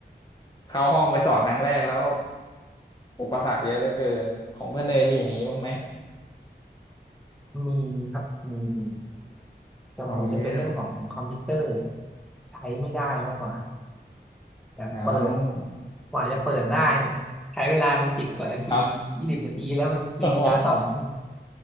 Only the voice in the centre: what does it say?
มีครับมีมีแต่ของผมจะเป็นเรื่องของคอมพิวเตอร์
ใช้ไม่ได้มากกว่า แบบเปิด
กว่าจะเปิดได้เนี่ยใช้เวลามันสิบกว่านาทียี่สิบนาทีแล้วมันกินเวลาสอน